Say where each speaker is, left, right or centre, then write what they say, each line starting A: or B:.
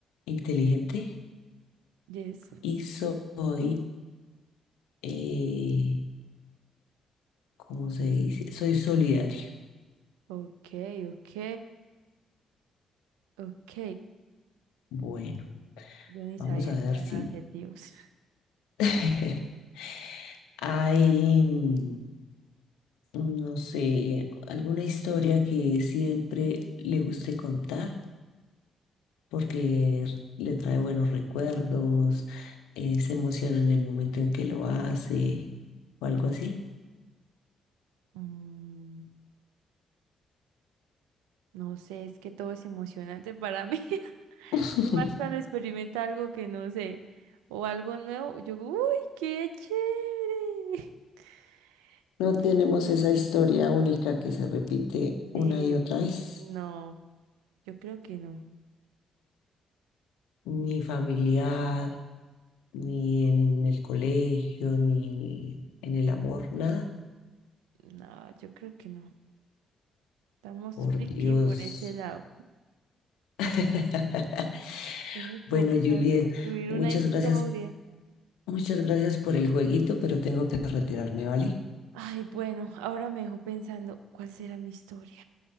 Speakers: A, on the left; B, on the right.
A: inteligente
B: Yes.
A: y soy, eh, ¿cómo se dice? Soy solidario.
B: Ok, ok, ok.
A: Bueno,
B: Yo ni
A: vamos
B: sabía
A: a
B: que
A: ver
B: eran
A: si
B: adjetivos.
A: <laughs> hay, mm, no sé, alguna historia que siempre le guste contar porque le trae buenos recuerdos, eh, se emociona en el momento en que lo hace o algo así.
B: Mm, no sé, es que todo es emocionante para mí. <laughs>
A: <laughs>
B: Y más cuando experimenta algo que no sé o algo nuevo, yo, digo, uy, qué chévere. <laughs>
A: No
B: Mm,
A: tenemos esa historia única que se repite
B: Sí,
A: una y otra vez,
B: no. Yo creo que no.
A: ni familiar, ni en el colegio, ni en el amor, nada.
B: No, yo creo que no. Estamos
A: Por
B: friki
A: Dios.
B: por ese lado.
A: <laughs>
B: Tenemos
A: Bueno,
B: que buscar
A: Juliet,
B: construir
A: muchas
B: una historia.
A: gracias, muchas gracias por el jueguito, pero tengo que retirarme, ¿vale?
B: Ay, bueno, ahora me dejó pensando, ¿cuál será mi historia?